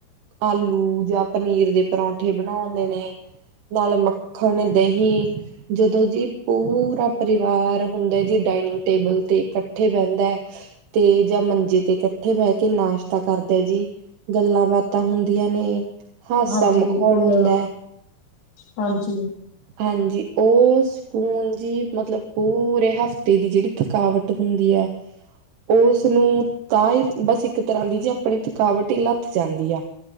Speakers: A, on the right (about 80°); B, on the left (about 80°).
A: ਆਲੂ ਜਾਂ ਪਨੀਰ ਦੇ ਪਰੌਠੇ ਬਣੋੰਦੇ ਨੇ। ਨਾਲ ਮੱਖਣ, ਦਹੀਂ ਜਦੋਂ ਜੀ ਪੂ ਤਾ ਪਰਿਵਾਰ ਹੁੰਦੈ ਜੀ ਡਾਇਨਿੰਗ ਟੇਬਲ ਤੇ ਕੱਠੇ ਬੈੰਦੈ। ਤੇ ਜਾਂ ਮੰਜੇ ਤੇ ਕੱਠੇ ਬੈ ਕੇ ਨਾਸ਼ਤਾ ਕਰਦੈ ਜੀ। ਗੱਲਾਂ-ਬਾਤਾਂ ਹੁੰਦੀਆਂ ਨੇ। ਹਾਸਾ
B: ਹਾਂਜੀ
A: ਮਖੌਲ
B: ਬਿਲਕੁਲ
A: ਹੁੰਦੈ।
B: ਹਾਂਜੀ
A: ਹਾਂਜੀ, ਓ ਸਕੂਨ ਜੀ ਮਤਲਬ ਪੂਰੇ ਹਫ਼ਤੇ ਦੀ ਜੇੜੀ ਥਕਾਵਟ ਹੁੰਦੀ ਐ, ਓਸਨੂੰ ਤਾਂ ਈ ਬਸ ਇੱਕ ਤਰ੍ਹਾਂ ਦੀ ਜੇ ਅਪਣੀ ਥਕਾਵਟ ਈ ਲੱਥ ਜਾਂਦੀ ਆ।